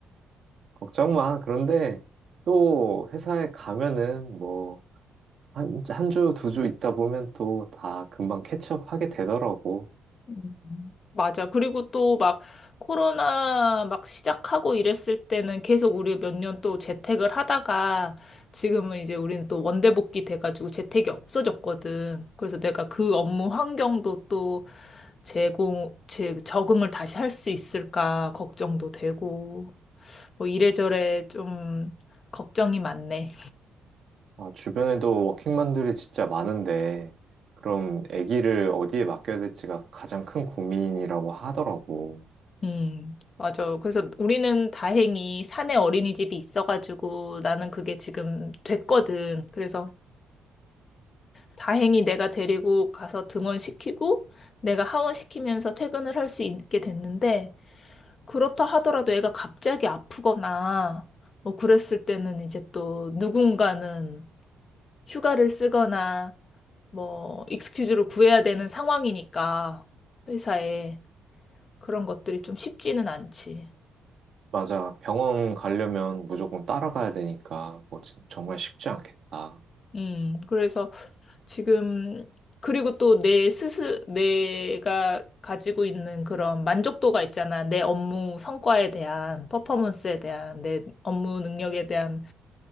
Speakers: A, on the right (about 60°); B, on the left (about 50°).
A: 걱정 마. 그런데 또 회사에 가면은 뭐 한, 한 주, 두 주 있다 보면 또 다 금방 캐치업 하게 되더라고.
B: 음. 맞아. 그리고 또 막 코로나 막 시작하고 이랬을 때는 계속 우리 몇 년 또 재택을 하다가 지금은 이제 우리는 또 원대복귀 돼가지고 재택이 없어졌거든. 그래서 내가 그 업무 환경도 또 제공, 제 적응을 다시 할 수 있을까 걱정도 되고 뭐 이래저래 좀 걱정이 많네.
A: 아, 주변에도 워킹맘들이 진짜 많은데 그럼 아기를 어디에 맡겨야 될지가 가장 큰 고민이라고 하더라고.
B: 음, 맞아. 그래서 우리는 다행히 산에 어린이집이 있어가지고 나는 그게 지금 됐거든. 그래서 다행히 내가 데리고 가서 등원시키고 내가 하원시키면서 퇴근을 할 수 있게 됐는데 그렇다 하더라도 애가 갑자기 아프거나 뭐 그랬을 때는 이제 또 누군가는 휴가를 쓰거나 뭐 익스큐즈를 구해야 되는 상황이니까 회사에 그런 것들이 좀 쉽지는 않지.
A: 맞아. 병원 가려면 무조건 따라가야 되니까 그거 진- 정말 쉽지 않겠다.
B: 음, 그래서 지금, 그리고 또 내 스스, 내가 가지고 있는 그런 만족도가 있잖아. 내 업무 성과에 대한, 퍼포먼스에 대한, 내 업무 능력에 대한